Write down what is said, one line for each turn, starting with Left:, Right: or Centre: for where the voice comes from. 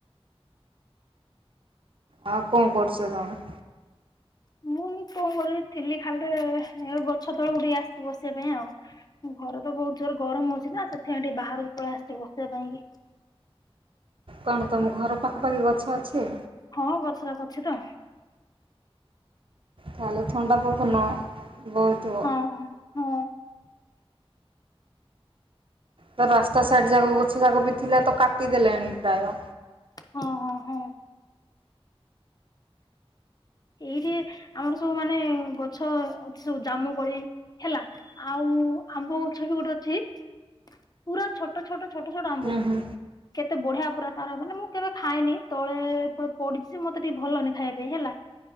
Right: ଆଉ କଁ କରୁଚ ତମେ?
Left: ମୁଁ କଣ କରିବି ଥିଲି ଖାଲିରେ ଗଛ ତଳକୁଡିକ ଆସି ବସିବା ପାଇଁ ଆଉ। ଘରେ ତ ବହୁତ ଜୋର ଗରମ ହଉଛିି ନା ସେଥିଇଁ ଟିକି ବାହାରକୁ ପଳେଇ ଆସିଛି ବସିବା ପାଇଁ କି।
Right: କଣ ତମ ଘର ପାଖାପାଖି ଗଛ ଅଛି?
Left: ହଁ ଗଛଟ ଅଛି ତ।
Right: ତାହେଲେ ଥଣ୍ଡା ପବନ ବୋଉଥିବା।
Left: ହଁ ହଁ ହଁ
Right: ତ ରାସ୍ତା ସାଇଡ ଯାକୁ ଗଛ ଯାକୁ ବି ଥିଲା ତ କାଟିଦେଲେଣି ପ୍ରାୟ।
Left: ହଁ ହଁ ହଁ। ଏଇଠି ଆମର ସବୁ ମାନେ ଗଛ ଅଛି ସବୁ ଜାମୁ କଳି ହେଲା। ଆଉଁ ଆମ୍ବ ଗଛ ବି ଗୋଟେ ଅଛି। ପୁରା ଛୋଟ ଛୋଟ ଛୋଟ ଛୋଟ ଆମ୍ବ।
Right: ହୁଁ ହୁଁ
Left: କେତେ ବଢିଆ ପୁରା ତାର ମାନେ ମୁଁ କେବେ ଖାଇନି ତଳେ ପଡିଛି ମତେ ଟିକେ ଭଲନି ଖାଇଆ ପାଇଁ ହେଲା।